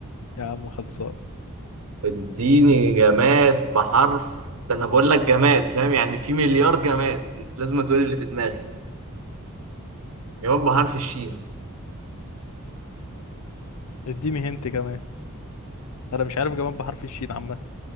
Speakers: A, on the left (about 80°); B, on the right (about 70°).
A: يا عم خلصان
B: اديني جماد بحرف ده انا بقول لك جماد فاهم يعني في مليار جماد لازم تقولي اللي في دماغي جماد بحرف الشين
A: اديني هنت كمان انا مش عارف كمان بحرف الشين عامه